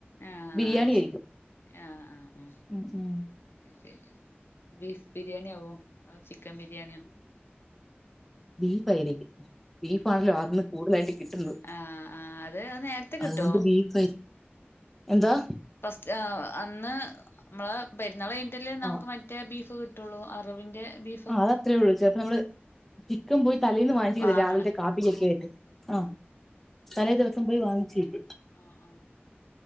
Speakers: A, on the left; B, in the centre.
A: ആഹ്
B: ബിരിയാണി
A: അയ്ശെ
B: ആയിരിക്കും
A: ആഹ് ആഹ് ആഹ്
B: ഉം ഉം
A: അയ്ശെരി ബീഫ് ബിരിയാണ്യാവോ അഹ് ചിക്കം ബിരിയാണ്‌യോ
B: ബീഫായിരിക്കും ബീഫാണല്ലോ അന്ന് കൂടുതലായിട്ട് കിട്ടുന്നത്
A: ആഹ് ആഹ് അത് നേരത്തെ കിട്ടോ
B: അതുകൊണ്ട് ബീഫാരിക്കും എന്താ
A: ഫസ്റ്റ് അ അന്ന് മ്മളെ പെരുന്നാള് കയ്ഞ്ഞിറ്റല്ലെ നമുക്ക്
B: ആഹ്
A: മറ്റേ ബീഫ് കി ട്ടൊള്ളൂ അറവിന്റെ ബീ
B: അഹ് അതത്രേള്ളൂ ചെൽപ്പ നമ്മള് ചിക്കം പോയി തലേന്ന് വാങ്ങിച്ചെക്ക
A: വാങ്ങണം
B: രാവിൽത്തെ കാപ്പിക്കൊക്കെ ആയ്ട്ട് ആഹ് തലേ ദിവസം പോയി വാങ്ങിച്ച് വെയ്ക്കും
A: ആഹ് ആഹ്